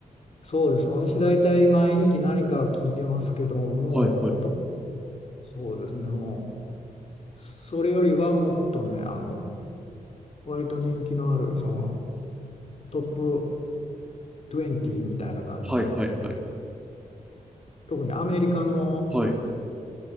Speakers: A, on the left; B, in the centre.
A: そうですね、私大体毎日何か聞いてますけど、もうこと、
B: はいはい。
A: そうですね、もう、それよりはもっとね、あの、割と人気のある、そのトップ20みたいな感じの、
B: はいはいはい。
A: 特にアメリカの
B: はい。